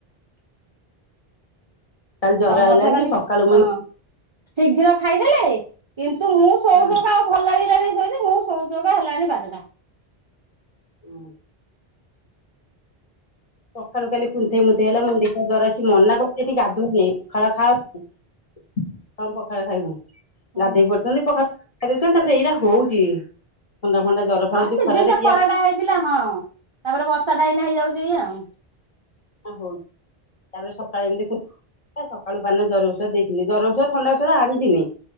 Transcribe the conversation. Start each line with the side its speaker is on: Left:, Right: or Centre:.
Left: କାଲି ଜର
Right: ସମସ୍ତେ
Left: ଆଇଲା ଏମିତି
Right: କାଲି
Left: ସକାଳୁ ମୁଁ
Right: ହଁ ଶୀଘ୍ର ଖାଇଦେଲେ କିନ୍ତୁ ମୁଁ ଶୋଉ
Left: ହଁ।
Right: ଶୋଉକା ଆଉ ଭଲ ଲାଗିଲାନି ଶୋଇତେ ମୁଁ ସୋଉସୋଉକାକା ହେଲାଣି ବାରଟା।
Left: ହୁଁ। ସକାଳୁ ଖାଲି କୁନ୍ଥେଇ ମୁନ୍ଥେଇ ହେଲା ମୁଁ ଦେଖା ଜର ଆସି ମନା କରୁଚି ଏଠି ଗାଧୁନି। ଖାଳ ଖାଅ ହଁ ପଖାଳ ଖାଇବୁ
Right: ହୁଁ
Left: ଗାଧେଇ ପଡିଚନ୍ତି ପଖାଳ ଖାଇ ଦଉଚନ୍ତି ତାପରେ ଏଇରା ହଉଚି ଥଣ୍ଡା ଫଣ୍ଡା ଜର ଫର
Right: ହଁ
Left: ଯୋଉ
Right: ସିଜନ
Left: ଖରାରେ
Right: ଟା
Left: ପିଆ
Right: ଖରାଟା ହେଇଥିଲା ହଁ ତାପରେ ବର୍ଷା ଟା ଏଇନା ହେଇଯାଉଚି ଆଉ।
Left: ଆ ହଉ ତାପରେ ସକାଳେ ଏମ୍ତି କୁ କା ସକାଳୁ ପାନେ ଜର ଔଷଧ ଦେଇଥିଲି ଜର ଔଷଧ ଥଣ୍ଡାଔଷଧ ଆଣିଥିନି।